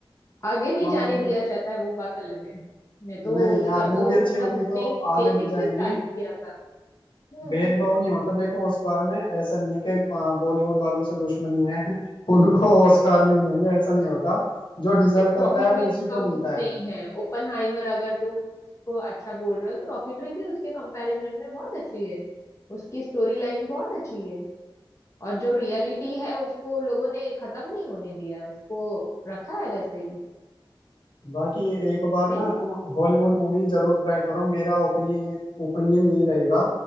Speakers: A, on the left; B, on the left.
A: आगे नहीं
B: हाँ
A: जाने
B: मूवी
A: दिया
B: अच्छी
A: जाता है वो बात अलग है मैं तो
B: नहीं
A: उसका
B: यार मूवी
A: तो
B: अच्छी
A: मतलब
B: होंगी
A: उसने
B: तो आगे
A: बेसिक
B: भी जाएंगी
A: से स्टार्ट किया था हम्म
B: भेदभाव नहीं होता देखो ऑस्कार में ऐसा नहीं है कि अ, बॉलीवुड वालों से दुश्मनी है <laughs> उनको ऑस्कार नहीं देंगे ऐसा नहीं होता जो डिजर्व करता
A: रॉकेटरी
B: है वो उसी को
A: कम
B: मिलता है
A: नहीं है ओपनहाइमर अगर तुम उसको अच्छा बोल रहे हो तो रॉकेटरी भी उसके कंपैरिजन में बहुत अच्छी है उसकी स्टोरी लाइन बहुत अच्छी है और जो रियलिटी है उसको लोगों ने खत्म नहीं होने दिया है उसको रखा है वैसे ही
B: बाकी एक बार
A: कहीं
B: ना तुम हॉलीवुड मूवी जरूर ट्राई करो मेरा ओपिनियन ये ओपिनियन यही रहेगा